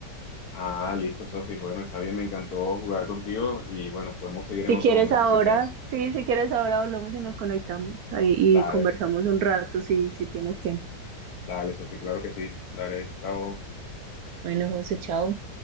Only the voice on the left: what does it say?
Ah, listo, Sofi. Bueno, está bien, me encantó jugar contigo y bueno, podemos seguir en
otro
momento
si quieres.
Dale,
dale, Sofi, claro que sí. Dale, chao.